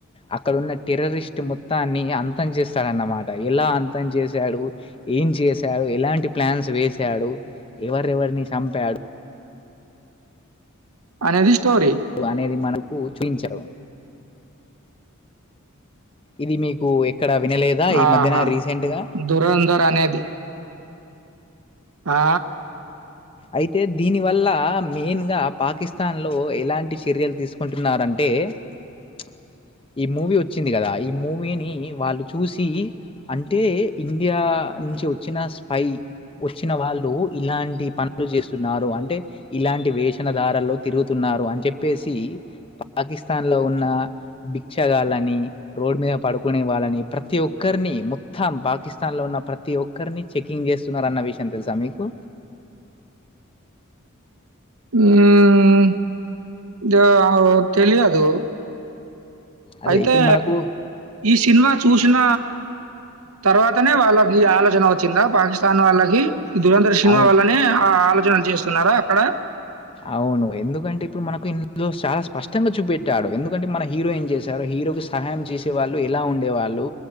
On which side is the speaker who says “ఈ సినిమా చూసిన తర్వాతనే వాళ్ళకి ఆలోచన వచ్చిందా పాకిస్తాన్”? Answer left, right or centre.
Right